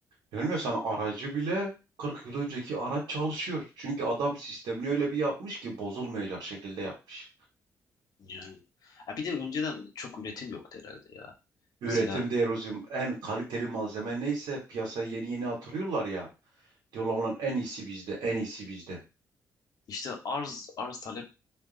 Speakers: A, on the right; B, on the left.
A: Diyorum ya sana aracı bile 40 yıl önceki araç çalışıyor. Çünkü adam sistemini öyle bir yapmış ki bozulmayacak şekilde yapmış.
B: Yani. Ha bir de önceden çok üretim yoktu herhalde ya. Mesela
A: Üretim derozim en kaliteli malzeme neyse piyasaya yeni yeni atılıyorlar ya. Diyorlar lan en iyisi bizde, en iyisi bizde.
B: işte arz arz talep